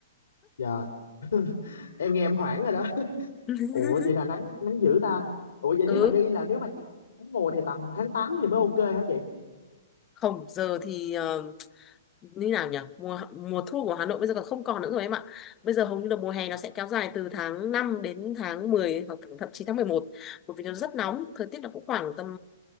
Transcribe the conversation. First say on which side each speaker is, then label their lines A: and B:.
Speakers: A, on the left; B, on the left.
A: Dạ. Em nghe em hoảng rồi đó. <laughs>
B: <laughs>
A: Ủa vậy là nắng nắng dữ ta. Ủa vậy
B: ừ
A: nếu mà đi là nếu mà chị muốn mùa thì tầm tháng 8 thì mới ok hả chị?
B: không giờ thì ờ, như nào nhỉ mùa mùa thu của Hà Nội bây giờ còn không còn nữa rồi em ạ bây giờ hầu như là mùa hè nó
A: Dạ.
B: sẽ kéo dài từ tháng 5 đến tháng 10 hoặc thậm chí tháng mười một bởi vì nó rất nóng thời tiết nó cũng khoảng tầm